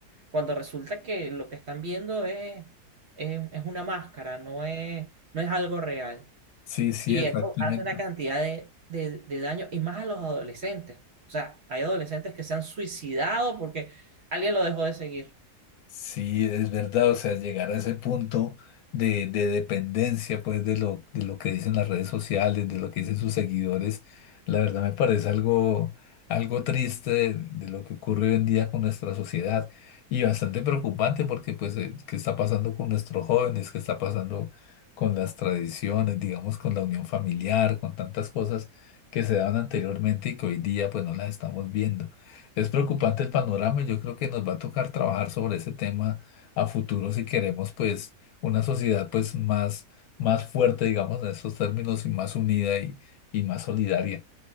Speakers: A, on the right (about 50°); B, on the left (about 70°).
A: Cuando resulta que lo que están viendo es, es, es una máscara, no es, no es algo real.
B: sí, sí,
A: Y
B: exactamente.
A: eso hace una cantidad de, de, de daño y más a los adolescentes. O sea, hay adolescentes que se han suicidado porque alguien lo dejó de seguir.
B: Sí, es verdad, o sea, llegar a ese punto de, de dependencia, pues, de lo, de lo que dicen las redes sociales, de lo que dicen sus seguidores, la verdad me parece algo, algo triste de, de lo que ocurre hoy en día con nuestra sociedad y bastante preocupante porque, pues, eh, qué está pasando con nuestros jóvenes, qué está pasando con las tradiciones, digamos, con la unión familiar, con tantas cosas que se daban anteriormente y que hoy día, pues, no las estamos viendo. Es preocupante el panorama y yo creo que nos va a tocar trabajar sobre ese tema a futuro si queremos pues una sociedad pues más, más fuerte, digamos, en estos términos y más unida y, y más solidaria.